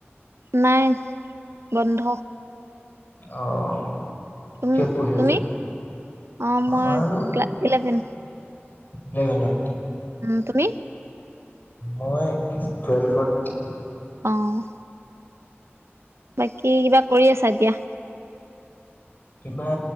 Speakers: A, on the right; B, on the left.
A: নাই বন্ধ।
B: আহ।
A: তুম
B: কিহত পুঢ়ি
A: তুমি
B: আছা?
A: অ মই
B: আমাৰো
A: ক্লাছ ইলেভেন
B: নে ভেনত।
A: উম, তুমি?
B: মই টুৱেলভত।
A: অ'। বাকী কিবা কৰি আছা এতিয়া?
B: কিবা